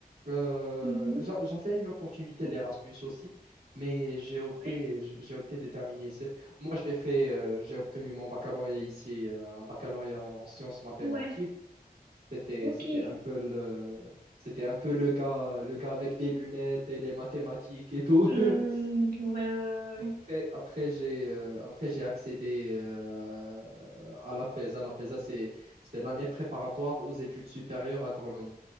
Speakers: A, on the right; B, on the right.
A: Euh,
B: mhm.
A: j'a- j'avais une opportunité
B: Et-
A: d'Erasmus aussi, mais j'ai opté,
B: ouais,
A: j'ai opté de terminer. C'est- Moi, j'ai fait, euh, j'ai obtenu mon baccalauréat ici, euh, un baccalauréat en sciences mathématiques.
B: ouais,
A: C'était,
B: ok.
A: c'était un peu le, c'était un peu le gars, le gars avec des lunettes et les mathématiques et tout.
B: Hmm,
A: <laughs>
B: ouais, ouais, ouais.
A: Après,
B: ouais.
A: après j'ai euh, après j'ai accédé euh, à l'APESA. L'APESA, c'est c'était l'année préparatoire aux études supérieures agronomiques.